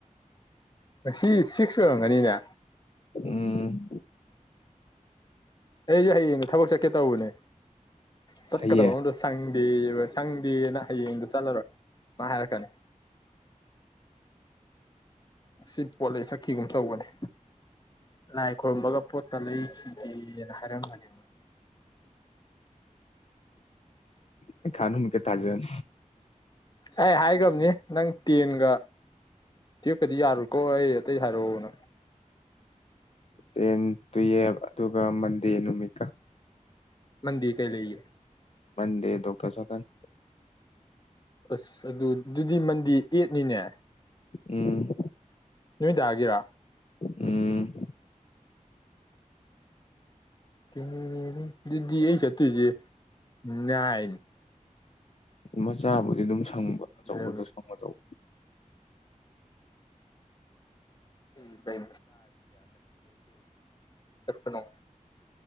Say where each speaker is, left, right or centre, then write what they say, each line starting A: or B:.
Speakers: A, on the left; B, on the left.
A: ꯉꯁꯤ ꯁꯤꯛꯁ ꯑꯣꯏꯔꯝꯒꯅꯤꯅꯦ
B: ꯎꯝ
A: ꯑꯩꯁꯨ ꯍꯌꯦꯡ ꯊꯕꯛ ꯆꯠꯀꯦ ꯇꯧꯕꯅꯦ ꯆꯠꯀꯗꯕ
B: ꯍꯌꯦꯡ
A: ꯑꯝꯗꯣ ꯁꯪꯗꯦꯕ <unintelligible> ꯍꯌꯦꯡꯗꯨ ꯆꯠꯂꯔꯣꯏ ꯃꯥ ꯍꯥꯏꯔꯛꯀꯅꯤ ꯑꯁꯤ ꯄꯣꯠꯂ ꯆꯛꯈꯤꯒꯨꯝ ꯇꯧꯕꯅꯤ ꯂꯥꯏ ꯈꯨꯔꯨꯝꯕꯒ ꯄꯣꯠꯀ ꯂꯩꯈꯤꯒꯦꯅ ꯍꯥꯏꯔꯝꯕꯅꯦ
B: ꯄꯩꯉꯥ ꯅꯨꯃꯤꯠꯀ ꯇꯥꯖ <unintelligible>
A: ꯑꯩ ꯍꯥꯏꯈ꯭ꯔꯕꯅꯤ ꯅꯪ ꯇꯦꯟꯒ ꯇꯨꯌꯦꯞꯀꯗꯤ ꯌꯥꯔꯨꯀꯣ ꯑꯩ ꯑꯇꯩ ꯍꯥꯏꯔꯛꯎ ꯅ
B: ꯇꯦꯟ ꯇꯨꯌꯦꯜꯐ ꯑꯗꯨꯒ ꯃꯟꯗꯦ ꯅꯨꯃꯤꯠꯀ
A: ꯃꯟꯗꯦ ꯀꯩ ꯂꯩꯒꯦ
B: ꯃꯟꯗꯦ ꯗꯣꯛꯇ ꯆꯠꯀꯅꯤ
A: ꯑꯁ ꯑꯗꯨ ꯑꯗꯨꯗꯤ ꯃꯟꯗꯦ ꯑꯦꯠꯅꯤꯅꯦ
B: ꯎꯝ
A: ꯅꯣꯏꯗꯥꯒꯤꯔ
B: ꯎꯝ
A: <unintelligible> ꯗꯨꯗꯤ ꯑꯩ ꯆꯠꯇꯣꯏꯖꯦ ꯅꯥꯏꯟ
B: ꯃꯆꯥꯕꯨꯗꯤ ꯑꯗꯨꯝ ꯁꯪꯕ ꯑꯆꯧꯕꯗꯣ
A: ꯑꯦꯂꯚꯦꯟ
B: ꯁꯪꯉꯣꯏꯗꯧꯕ
A: ꯏꯕꯩ ꯆꯠꯅꯣ